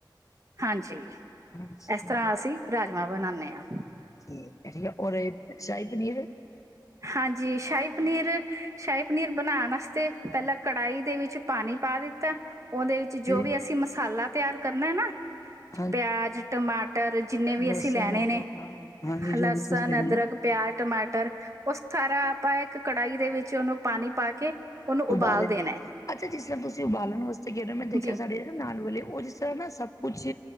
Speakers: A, on the right (about 40°); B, on the left (about 40°).
A: ਹਾਂਜੀ,
B: ਅੱਛਾ
A: ਇਸ ਤਰ੍ਹਾਂ ਅਸੀਂ ਰਾਜਮਾਂ ਬਣਾਣੇ ਆਂ।
B: ਠੀਕ ਏ, ਔਰ ਸ਼ਾਹੀ ਪਨੀਰ
A: ਹਾਂਜੀ, ਸ਼ਾਹੀ ਪਨੀਰ, ਸ਼ਾਹੀ ਪਨੀਰ ਬਣਾਣ ਵਾਸਤੇ ਪਹਿਲਾਂ ਕੜਾਹੀ ਦੇ ਵਿੱਚ ਪਾਣੀ ਪਾ ਦਿੱਤਾ ਉਹਦੇ ਵਿੱਚ ਜੋ
B: ਜੀ
A: ਵੀ ਅਸੀਂ ਮਸਾਲਾ ਤਿਆਰ ਕਰਨਾ ਨਾਂ
B: <unintelligible>
A: ਪਿਆਜ, ਟਮਾਟਰ ਜਿੰਨੇ ਵੀ
B: ਲਸਣ
A: ਅਸੀਂ ਲੈਣੇ
B: ਅਦਰਕ
A: ਨੇਂ
B: ਹਾਂ ਹਾਂਜੀ
A: ਲਸਣ,
B: ਜੋ ਵੀ ਚੀਜ਼ ਲੈਣੀ
A: ਅਦਰਕ
B: ਆ
A: ਪਿਆਜ, ਟਮਾਟਰ ਉਹ ਸਾਰਾ ਆਪਾਂ ਇੱਕ ਕੜਾਹੀ ਦੇ ਵਿੱਚ ਉਹਨੂੰ ਪਾਣੀ ਪਾ ਕੇ ਉਹਨੂੰ
B: ਉਬਾਲੇ
A: ਉਬਾਲ ਦੇਣਾ
B: ਨੇਂ।
A: ਹੈ
B: ਅੱਛਾ ਜਿਸ ਤਰ੍ਹਾਂ ਤੁਸੀਂ ਉਬਾਲਣ ਵਾਸਤੇ ਕਹਿ ਰਹੇ ਹੋ ਮੈਂ ਦੇਖਿਆ
A: ਜੀ
B: ਸਾਡੇ ਨਾਲ ਵਾਲੇ ਉਹ ਜਿਸ ਤਰ੍ਹਾਂ ਨਾ ਸਭ ਕੁਛ